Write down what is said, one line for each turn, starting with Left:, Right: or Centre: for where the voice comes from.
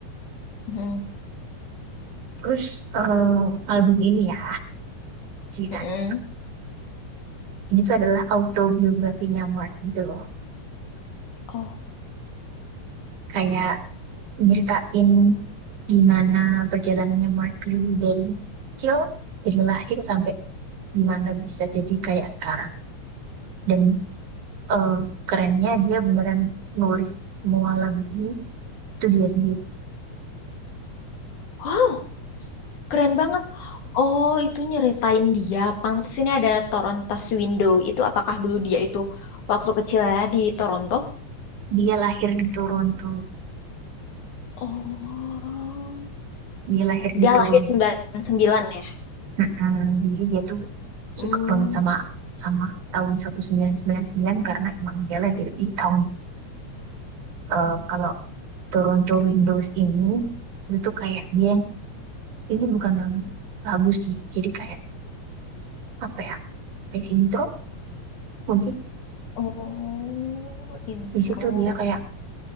Left: Hmm,
Right: Terus eh, album ini ya ceritanya
Left: mm-mm.
Right: ini tuh adalah autobiografinya Mark gitu loh.
Left: Oh,
Right: kayak nyeritain gimana perjalanannya Markley dari kecil dari lahir sampai gimana bisa jadi kayak sekarang dan eh, kerennya dia beneran nulis semua lagu ini itu dia sendiri
Left: wow, keren banget. Oh, itu nyeritain dia. Pantes ini ada Toronto Window. Itu apakah dulu dia itu waktu kecilnya di Toronto?
Right: dia lahir di Toronto
Left: Oh,
Right: dia lahir
Left: dia
Right: di Toronto
Left: lahir 99 ya.
Right: Mm-mm. jadi dia tuh
Left: Hmm,
Right: suka banget sama sama tahun 1999 karena emang dia lahir di tahun eh, kalau Toronto Windows ini itu tuh kayak dia ini bukan lagu sih jadi kayak apa ya kayak intro mungkin
Left: oh, intro.
Right: di situ dia kayak